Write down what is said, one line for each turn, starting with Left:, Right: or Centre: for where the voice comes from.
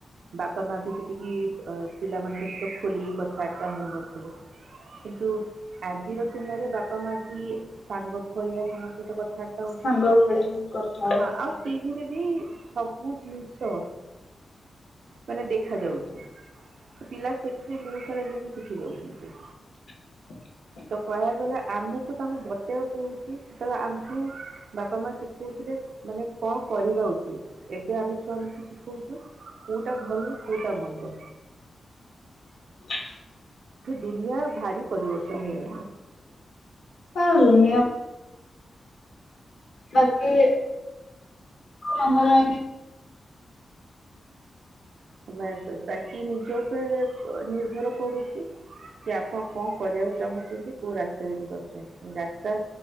Right: ବାପା ମା ବି ସେତିକି ଅ ପିଲାମାନଙ୍କ ସହିତ ଖୋଲିକି କଥାବାର୍ତ୍ତା ହଉନ କିନ୍ତୁ ଆଜିର ଦିନରେ ବା ପା ମା ବି ସାଙ୍ଗ ଭଳିଆ ତମ ସହିତ କଥା
Left: ସାଙ୍ଗ ଭଳିଆ ହିଁ କଥା ହଉଛନ୍ତି।
Right: ହଁ ଆଉ ଟିଭିରେ ବି ସବୁ ଜିନିଷ ମାନେ ଦେଖା ଯାଉଛି ପିଲା ସେଠୁ ବି ବହୁତ ସାରା ଜିନିଷ ଶିଖି ଯାଉଛନ୍ତି।
Left: <inaudible>
Right: ତ କହିବାକୁ ଗଲେ ଆମକୁ ତାଙ୍କୁ ବତେଇକୁ ପଡ଼ୁଚି ସେତେବେଳେ ଆମକୁ ବାପା ମା ଶିଖଉଥିଲେ। ମାନେ କଣ କରିବା ଉଚିତ ଏବେ ଆମେ ଛୁଆମାନଙ୍କୁ ଶିଖଉଛୁ କୋଉଟା କୋଉଟା ଭଲ କୋଉଟା ମନ୍ଦ।
Left: <inaudible>
Right: ଦୁନିଆ ଭାରି ପରିବର୍ତ୍ତନ ହେଇଗଲା।
Left: ହଁ ଦୁନିଆଁ। ବାକି ଆମର।
Right: <inaudible> କି ନିଜ ଉପରେ ନିର୍ଭର କରୁଚି। କି ଆପଣ କଣ କରିବାକୁ ଚାହୁଁଛନ୍ତି କୋଉ ରାସ୍ତାରେ ଯିବାକୁ ଚାହୁଁଛନ୍ତି? ରାସ୍ତା